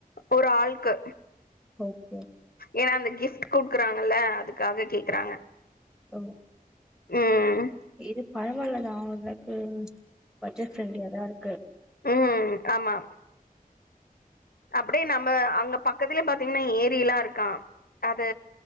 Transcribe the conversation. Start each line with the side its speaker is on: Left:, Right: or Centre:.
Left: ஒரு ஆள்க்கு
Centre: ஓகே
Left: ஏன்னா அந்த கிஃப்ட் குடுக்குறாங்கல்ல அதுக்காக கேக்குறாங்க
Centre: ஓ
Left: ம்
Centre: இது பரவாலதான் அவங்களுக்கு பட்ஜட் ப்ரண்லியா தான் இருக்கு
Left: ம் ம் ஆமா அப்டியே நம்ம அங்க பக்கத்துலே பாத்தீங்கன்னா ஏரிலாம் இருக்கா அது